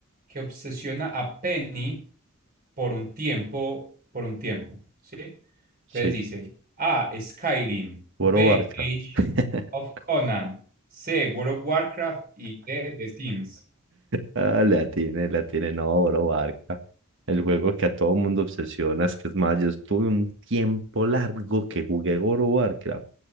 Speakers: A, on the right; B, on the right.
A: que obsesiona a Penny por un tiempo, por un tiempo? ¿Sí? Entonces
B: Sí,
A: dice A. Skyrim,
B: Boro
A: B.
B: Barca.
A: Age
B: <laughs>
A: of Conan, C. World of Warcraft y D. The Sims.
B: Ah, la tiene, la tiene, no, Boro Barca. El juego que a todo mundo obsesiona, es que es más, yo estuve un tiempo largo que jugué Boro Barca,